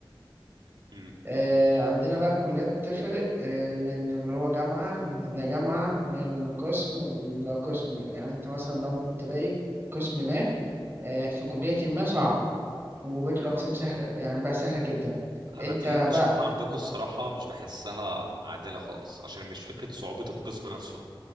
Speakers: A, on the right (about 60°); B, on the right (about 25°).
A: <laughs>
B: آه عندنا بقى الكليات بتفرق آه من اللي هو جامعه لجامعه من قسم لقسم يعني انت مثلا بقى ممكن تلاقي قسم ما آه في كليه ما صعب وبقيه الاقسام سهله يعني بقى سهله جدا
A: انا
B: انت
A: دي بشوفها
B: بقى
A: عندكم الصراحه مش بحسها عادله خالص عشان مش فكره صعوبه القسم نفسه